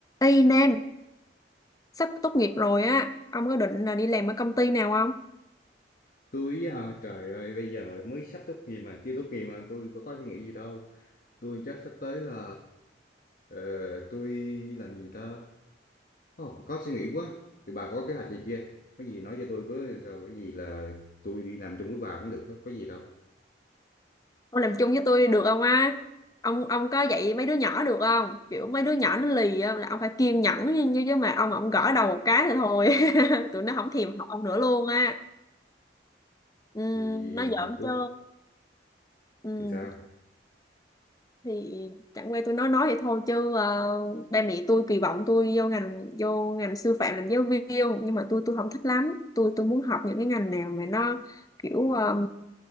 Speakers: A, on the left; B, on the left.
A: Ê Nam, sắp tốt nghiệp rồi á, ông có định là đi làm ở công ty nào không?
B: Tôi hả? Trời ơi, bây giờ mới sắp tốt nghiệp mà, chưa tốt nghiệp mà tôi có có suy nghĩ gì đâu. Tôi chắc sắp tới là ờ, tôi làm gì ta? Ồ, có suy nghĩ quá. Thì bà có kế hoạch gì chưa? Có gì nói cho tôi với, rồi có gì là tôi đi làm chung với bà cũng được, có, có gì đâu.
A: Ông làm chung với tôi được không á? Ông ông có dạy mấy đứa nhỏ được không? Kiểu mấy đứa nhỏ nó lì á, là ông phải kiên nhẫn như như chứ mà ông ông gõ đầu một cái thì thôi. <laughs> Tụi nó không thèm học ông nữa luôn á. Ừ,
B: Thì
A: nó giỡn
B: thì tôi
A: chứ. Ừ.
B: thì sao?
A: thì chẳng qua tôi nói nói vậy thôi chứ ờ, ba mẹ tôi kỳ vọng tôi vô ngành vô ngành sư phạm làm giáo viên nhưng mà tôi tôi không thích lắm tôi tôi muốn học những cái ngành nào mà nó kiểu ờ,